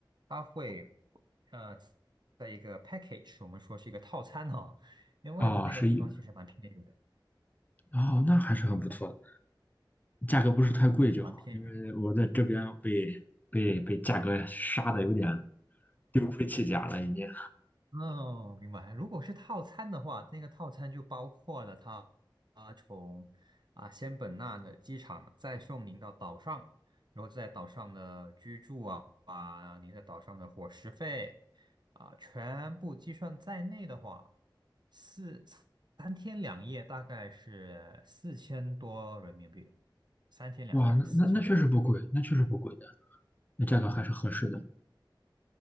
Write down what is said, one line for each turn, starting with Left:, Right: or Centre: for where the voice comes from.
Right: 它会呃，在一个 package，我们说是一个套餐哈、因为呢，
Left: 啊？
Right: 那个地方其实蛮偏远的，
Left: 是一哦，那还是很不错的。价格不是太贵就好，
Right: 嗯，蛮偏远。
Left: 因为我在这边被被被价格杀的有点丢盔弃甲了，已经。
Right: 哦，明白。如果是套餐的话，那个套餐就包括了它啊从啊仙本那的机场再送您到岛上，然后在岛上的居住啊啊，您在岛上的伙食费啊，全部计算在内的话，四三天两夜大概是四千多人民币，三天两夜四千多。
Left: 哇，那那那确实不贵，那确实不贵的，那价格还是合适的。
Right: 嗯，